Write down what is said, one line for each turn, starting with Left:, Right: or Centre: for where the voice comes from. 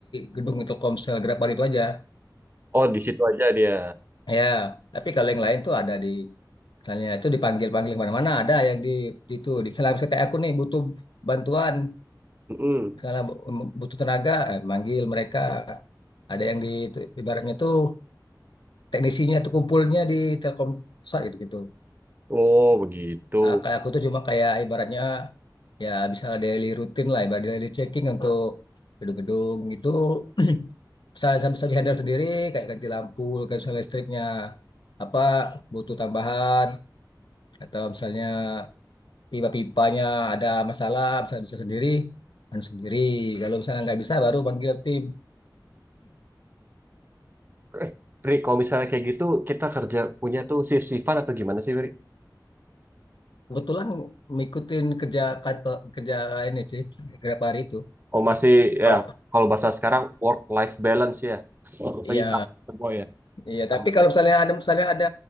Left: gedung Telkomsel Grabbar itu aja.
Right: Oh, di situ aja dia.
Left: Ya, tapi kalau yang lain tuh ada di misalnya itu dipanggil-panggil mana-mana ada yang di di itu di misalnya, misalnya kayak aku nih butuh bantuan,
Right: Mhm.
Left: misalnya bu- butuh tenaga, eh, manggil mereka. Ada yang di itu, ibaratnya tuh teknisinya tuh kumpulnya di Telkom pusat gitu gitu.
Right: Oh, begitu.
Left: Ah, kayak aku tuh cuma kayak ibaratnya ya bisa daily rutin lah, ibarat daily checking untuk gedung-gedung gitu <clears throat> bisa bisa bisa dihandle sendiri kayak ganti lampu, ganti misalnya listriknya apa butuh tambahan atau misalnya pipa-pipanya ada masalah bisa bisa sendiri dan sendiri kalau misalnya nggak bisa baru panggil tim
Right: Eh, Bri, kalau misalnya kayak gitu kita kerja punya tuh shift-shiftan atau gimana sih, Bri?
Left: kebetulan ngikutin kerja kantor kerja ini sih beberapa hari itu
Right: Oh masih
Left: kalau
Right: ya kalau bahasa sekarang work life balance ya.
Left: <clears throat>
Right: Seimbang
Left: ya
Right: semua ya.
Left: Iya,
Right: Hmm.
Left: tapi kalau misalnya ada misalnya ada